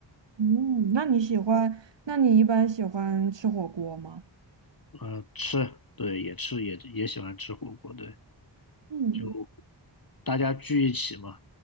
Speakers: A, on the right (about 75°); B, on the left (about 50°).
A: 嗯，那你喜欢？那你一般喜欢吃火锅吗？
B: 嗯，吃，对，也吃也也喜欢吃火锅，对。
A: 嗯。
B: 就大家聚一起嘛，